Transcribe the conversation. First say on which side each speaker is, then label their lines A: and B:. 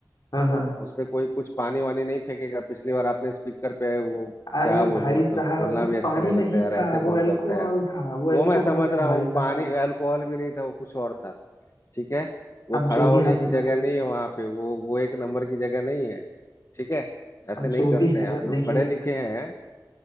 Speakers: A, on the left; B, on the left.
A: हाँ हाँ
B: उस पे कोई कुछ पानी वानी नहीं फेंकेगा पिछली बार आपने स्पीकर पे वो
A: अरे
B: क्या बोलूं
A: भाई
B: मतलब
A: साहब
B: बोलना
A: वो
B: भी अच्छा
A: पानी
B: नहीं लगता
A: नहीं
B: यार ऐसे
A: था
B: कौन
A: वो अल्कोहल
B: करता है यार
A: था वो अल्कोहल
B: वो मैं समझ
A: था
B: रहा हूँ
A: भाई
B: पानी
A: साहब
B: अल्कोहल भी नहीं था वो कुछ और था ठीक है वो
A: अब
B: खड़ा
A: जो
B: होने
A: भी आप
B: की
A: समझ
B: जगह
A: लिए
B: नहीं है वहां पे वो वो एक नंबर की जगह नहीं है ठीक है ऐसे
A: अब
B: नहीं
A: जो
B: करते
A: भी है
B: हैं आप लोग
A: देखिए
B: पढ़े लिखे हैं